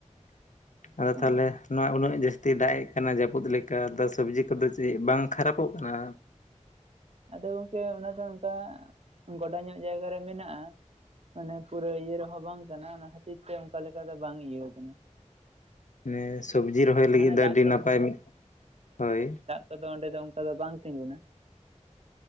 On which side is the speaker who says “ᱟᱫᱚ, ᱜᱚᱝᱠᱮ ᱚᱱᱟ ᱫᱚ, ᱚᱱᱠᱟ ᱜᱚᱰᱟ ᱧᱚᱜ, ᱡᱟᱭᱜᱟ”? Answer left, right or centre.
Right